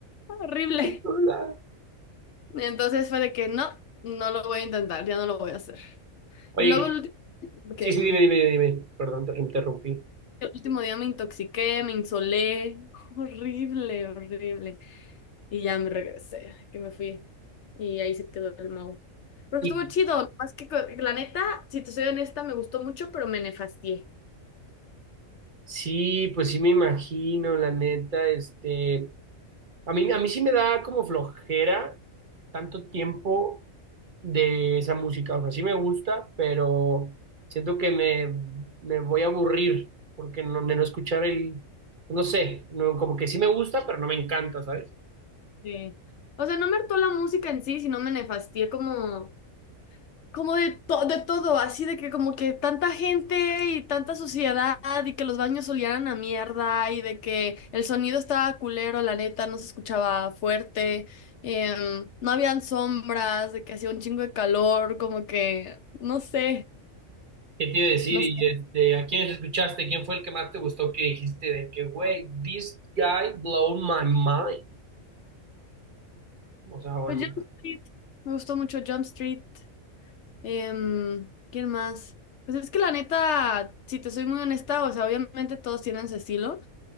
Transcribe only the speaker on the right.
Hola.
Oye,
sí,
sí, dime, dime, dime. Perdón, te interrumpí.
¿Y
Sí, pues sí me imagino, la neta, este, a mí, a mí sí me da como flojera tanto tiempo de esa música, o sea, sí me gusta, pero siento que me, me voy a aburrir porque no, de no escuchar el, no sé, no, como que sí me gusta, pero no me encanta, ¿sabes?
¿Qué te iba a decir?
Y
este, ¿a quiénes escuchaste? ¿Quién fue el que más te gustó que dijiste de que, güey, this guy blow my mind? O sea, o
el-